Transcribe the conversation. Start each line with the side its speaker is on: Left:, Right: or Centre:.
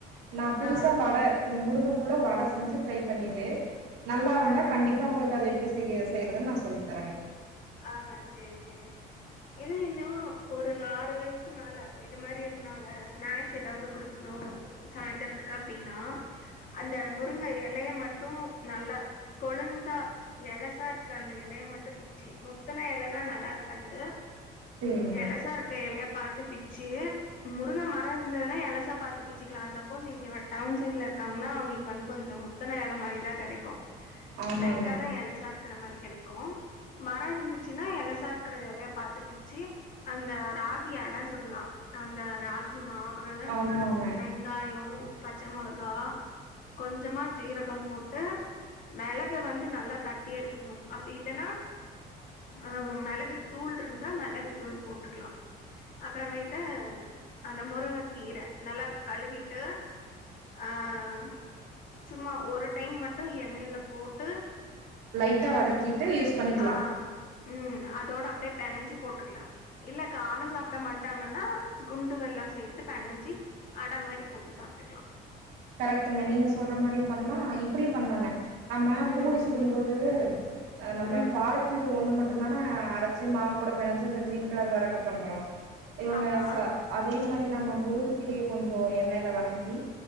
Right: நா புதுசா
Left: ஆ
Right: வட இந்த முருங்கப். பூல வட செஞ்சிட். ட்ரை பண்ணிட்டு நல்லா வந்தா
Left: ஆ
Right: கண்டிப்பா உங்களுக்கு அத எப். ப்டி செய்ய செய்றதுன் நா சொல்லித்தரங்கே.
Left: ஆஹ்ன் செரி செரி இது இன்னும் ஒரு ஆறு வயசு மேல இது மாரி இருந்தாங்க ஸ்நாக் எதாவது குடுக்ணும் சாய்ந்தரத்துக்கா அப்டினா அந்த முருங்க எலய மட்டு நல்லா கொளுந்தா எலசார்க்க அந்த எலய மட்டு பி. சி முத்தன இலன்னா நல்லா இருக்காது
Right: செரிங்க
Left: இலசா இருக்கன் இலையா பாத் த பிச்சு முருங்க மரம் இருந்ததுன்னா இலசா பாத்து பிச்சுக்கலா சப்போஸ் இங்க டவுன் சைட்ல இருக்காங்கன்னா அவங்களுக்கு வந்து கொஞ்ச முத்தன இல மாரி தான் கிடைக்கு
Right: ஆமாங்க
Left: லைட்டதான் இல சார் இருக்கற மாரி கிடைக்கும் மரம் இருந்துச்சுன்னா இலசா இருக்கிற இலைய பாத்து பிச்சு அந்த ராகி அட சுட்ல்லாம் அந்த ராகி மா அப்புற
Right: ஆமாங்க
Left: வெங்காயம் பச்ச மொளகா கொஞ்சமா ஜீரகம் போட்டு மிளக வந்து நல்லா தட்டி எடுத்துக்கணும் அப்படி இல்லைன்னா ஆஹ் மிளகு தூள் இருந்தா மிளகு தூள் போட்டுக்கலாம் அப்புறமேட்டு அந்த முருங்கை கீரை நல்லா கழுவிட்டு அஹ் சும்மா ஒரு டைம் மட்டு எண்ணெயில போட்டு
Right: லைட்டா வதக்கிட்டு யூஸ் பண்ணிக்கலா
Left: ஆஹ் உம் அதோட அப்படியே பனஞ்சி போட்டுக்கலாம் இல்ல காரம் சாப்பிட மாட்டாங்கன்னா குண்டு வெல்லம் சேர்த்து பனஞ்சி அடை மாரி போட்டு சாப்பிட்டுக்கலாம்
Right: கரெக்டுங்க நீங்க சொல்ற மாரி பண்ணலாம் இப்படி பண்ணலாங்க நம்ம
Left: ம்
Right: பூரி சுடும் போது அஹ் நம்ம
Left: ம்
Right: பாலக்கீரை ஒண்ணு மட் இந்தானா அரைச்சு மாவு கூட பினஞ்சு ந்து கிரீன் கலர் வரக்கு பண்றோம் இவங்க
Left: ஆமா
Right: ச அதே மாரி நம்ம முருங்கு கீரைய கொஞ்சோ எண்ணெயில வணக்கி